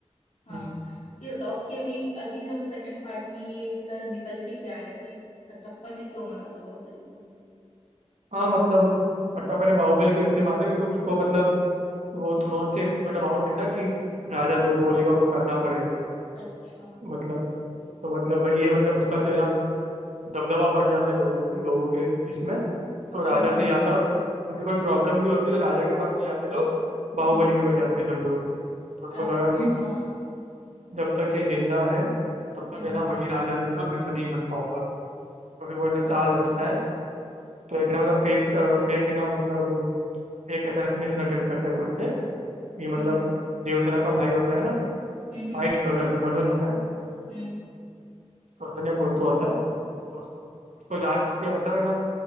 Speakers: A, on the right; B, on the left.
A: हम्म।
B: हाँ ये बताओ कि अभी अभी जब सेकंड पार्ट में ये इसका निकल के क्या है कि कटप्पा ने क्यों मारा था बाहुबली को
A: हाँ मतलब खट्टापन ने बाहुबली को इसलिए मारा था क्योंकि उसको मतलब वो थ्रोन से मतलब बाउंड है ना कि राजा जो भी बोलेगा उसको करना पड़ेगा
B: अच्छा
A: मतलब तो मतलब वही है मतलब उसका तो है ना दबदबा बढ़ जाता है लोगों के लोगों के इसमें तो राजा
B: हम्म हम्म
A: से ज्यादा उनकी कोई प्रॉब्लम भी होती है तो राजा के पास नहीं जाते लोग बाहुबली
B: हम्म हम्म,
A: के पास जाते हैं सब लोग तो उसको
B: अच्छा
A: लगा कि जब तक ये जिंदा है तब
B: हम्म
A: तक है
B: हम्म
A: ना वही राजा रहेगा मैं तो नहीं बन पाऊंगा तो फिर वो है ना चाल
B: ओके
A: रचता
B: हम्म
A: है तो एक है ना मतलब फेक फेक है ना मतलब फेक असैसिनेशन अटेम्प्ट करता है खुद पे कि मतलब
B: okay,
A: देवसेना का भाई होता है ना
B: हम्म हम्म
A: भाई
B: हम्म
A: नहीं कजन कजन होता है
B: हम्म
A: कजन या कोई तो होता है तो उसको उसको जानबूझ के मतलब है ना